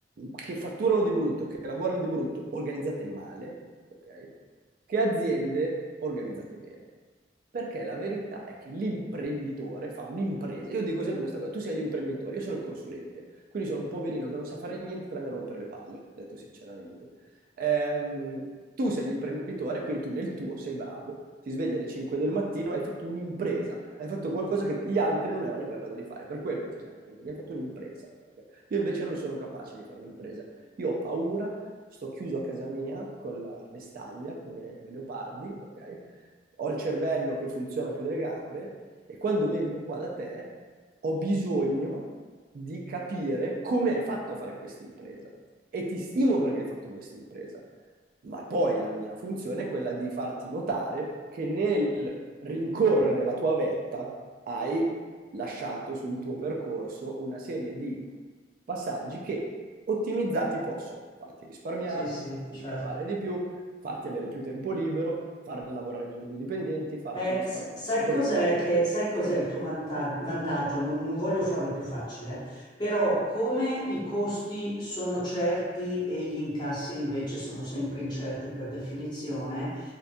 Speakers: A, on the right (about 55°); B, on the left (about 25°).
A: che fatturano di brutto, che lavorano di brutto, organizzate male, ok? Che aziende organizzate bene. Perché la verità è che l'imprenditore fa un'impresa. Io dico sempre questa cosa, tu sei l'imprenditore, io sono il consulente. Quindi sono un poverino che non sa fare niente tranne rompere le palle, detto sinceramente. Ehm, tu sei l'imprenditore, quindi tu nel tuo sei bravo, ti svegli alle 5 del mattino, hai fatto un'impresa, hai fatto qualcosa che gli altri non erano in grado di fare, per quello ti chiami imprenditore, perché hai fatto un'impresa. ok? Io invece non sono capace di fare un'impresa, io ho paura, sto chiuso a casa mia con la la vestaglia come i leopardi, ok? Ho il cervello che funziona più delle gambe e quando vengo qua da te ho bisogno di capire come hai fatto a fare questa impresa e ti stimo perché hai fatto questa impresa, ma poi la mia funzione è quella di farti notare che nel rincorrere la tua vetta hai lasciato sul tuo percorso una serie di passaggi che ottimizzati possono farti risparmiare,
B: sì, sì,
A: farti
B: certo.
A: ricavare di più, farti avere più tempo libero, far lavorare meglio i tuoi dipendenti, farti
B: Eh,
A: risparmiare,
B: sa- sai
A: cioè, capito?
B: cos'è che-
A: Ecco.
B: sai cos'è il tuo vanta- vantaggio? Non, non voglio farla più facile, eh. Però come i costi sono certi e gli incassi invece sono sempre incerti per definizione,